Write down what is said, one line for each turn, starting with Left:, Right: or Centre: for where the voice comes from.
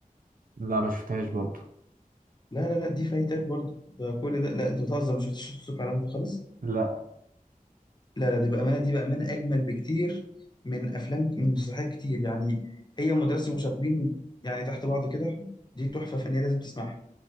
Right: لا ما شفتهاش برضو
Left: لا لا لا دي فايتك برضو ده كل ده لا انت بتهزر ما شفتش شفت الكلام ده خالص
Right: لا
Left: لا لا دي بامانه دي بامانه اجمل بكتير من افلام من مسرحيات كتير يعني هي ومدرسه المشاغبين يعني تحت بعض كده دي تحفه فنيه لازم تسمعها